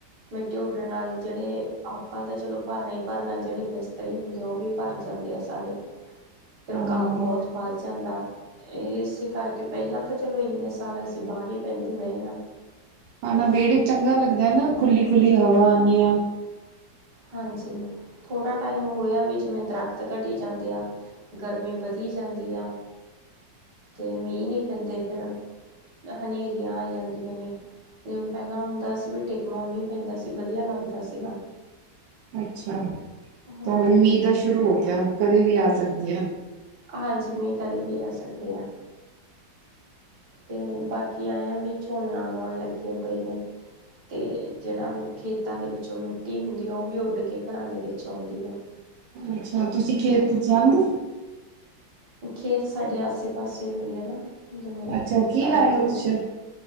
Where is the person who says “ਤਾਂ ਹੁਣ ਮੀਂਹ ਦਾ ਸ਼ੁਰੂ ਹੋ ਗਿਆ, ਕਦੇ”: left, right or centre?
Right